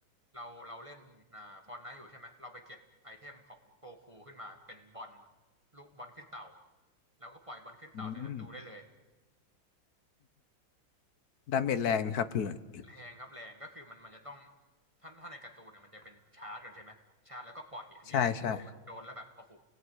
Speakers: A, on the right (about 15°); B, on the left (about 55°).
A: เราเราเล่นอ่าฟอนไนท์อยู่ใช่ไหมเราไปเก็บไอเทมของโกคูขึ้นมาเป็นบอลลูกบอลขึ้นเต่าแล้วก็ปล่อยบอลขึ้นเต่าใส่ศัตรูได้เลย
B: อืมดาเมจแรงครับเลย
A: แรงครับแรงก็คือมันมันจะต้องถ้าถ้าในการ์ตูนเนี่ยมันจะเป็นชาร์จก่อนใช่ไหมชาร์จแล้วก็ปล่อยอันนี้เนี่ยโดนโดนแล้วแบบโอ้โห
B: ใช่ใช่